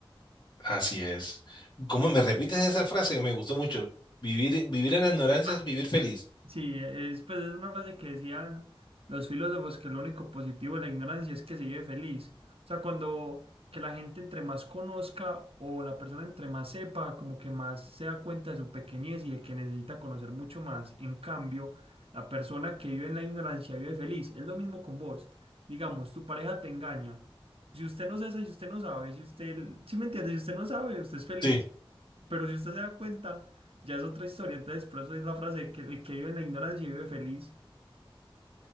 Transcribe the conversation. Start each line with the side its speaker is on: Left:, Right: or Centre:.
Left: Así es. ¿Cómo me repites esa frase que me gustó mucho? Vivir, vivir en la ignorancia
Right: Ah,
Left: es vivir feliz.
Right: Sí, es, pues, es una frase que decían los filósofos que lo único positivo de la ignorancia es que se vive feliz. O sea, cuando que la gente entre más conozca o la persona entre más sepa, como que más se da cuenta de su pequeñez y de que necesita conocer mucho más. En cambio, la persona que vive en la ignorancia vive feliz. Es lo mismo con vos. Digamos, tu pareja te engaña. Si usted no sabe, si usted no sabe, si usted, si me entiende, si usted no sabe, usted es feliz.
Left: Sí,
Right: Pero si usted se da cuenta, ya es otra historia. Entonces, por eso es la frase de que el que vive en la ignorancia vive feliz.